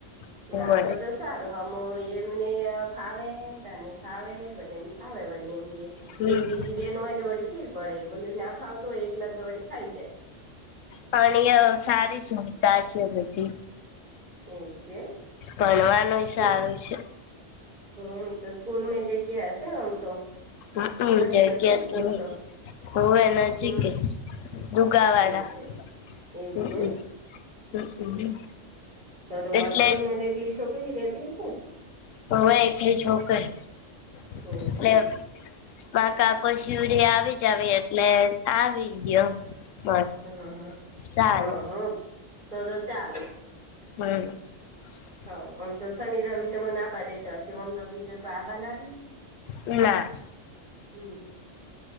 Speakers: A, on the left; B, on the right.
A: અહિયાં
B: ના તો તો સારું હમુ એમને ફાવે તને ફાવે બધે ને ફાવે વડી એમ કે
A: હમમ
B: એક બીજી બેન હોય તો વળડી ફીર પડે બોલી ના ફાવતો હોય એકલા વળી ફાઈ જાય.
A: પણ સારી સુવિધા છે. બધી
B: એવું છે એમ
A: ભણવાનું
B: સ્કૂલ
A: સારું છે.
B: એમ તો સ્કૂલ માં જગ્યા હશે, ને આમ તો
A: હમ હમ
B: નજીક
A: જગ્યા
B: હશે ને સ્કૂલ
A: તો હ હોવે
B: એમ
A: નજીક
B: સ્કૂલ
A: છે દુગાવાડા
B: એવું છે એવું
A: હમમ
B: છે
A: હમમ
B: એમ તો હોસ્ટેલ
A: એટલે
B: દેખલી છ છોકરી રેતી છે.
A: હહવે એટલી છોકરી એટલે
B: એવું છે એમ
A: મા કાકો શિવરી આવી જ આવી એટલે આવી ગયો. <unintelligible>
B: હા
A: સારું
B: હા હા તો તો ચાલે.
A: <inaudible>
B: હ આમ તો શનિ રવિ તમને આબા દેતા હશેમ તો બીજે કોઈ આબા નાદે.
A: ના.
B: હમ્મ.